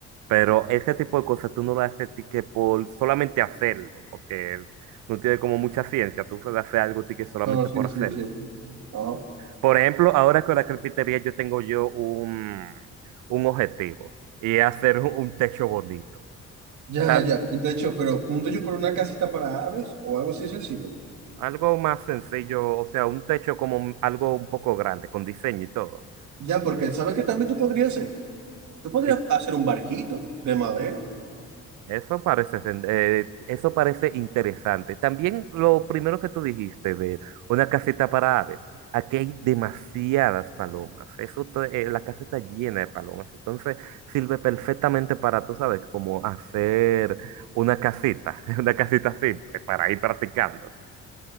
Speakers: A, on the right (about 80°); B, on the right (about 70°).
A: Pero ese tipo de cosas tú no lo haces ti que por solamente hacerlo, porque no tiene como mucha ciencia, tú solo haces algo ti que solamente
B: No, no, sí,
A: por hacerlo.
B: sí, sí. Ajá.
A: Por ejemplo, ahora con la carpintería yo tengo yo un, un objetivo y es hacer un un techo bonito.
B: Ya,
A: Ta-
B: ya, un techo, pero un techo por una casita para aves o algo así sencillo.
A: Algo más sencillo, o sea, un techo como un- algo un poco grande, con diseño y todo.
B: Ya, porque ¿sabes que también tú podrías hacer? Tú podrías
A: Que
B: hacer un barquito de madera
A: eso parece, sen- eh, eso parece interesante. También lo primero que tú dijiste de una casita para aves. Aquí hay demasiadas palomas. Eso te- eh, la casa está llena de palomas. Entonces sirve perfectamente para, tú sabes, como hacer una casita, <laughs> una casita simple para ir practicando.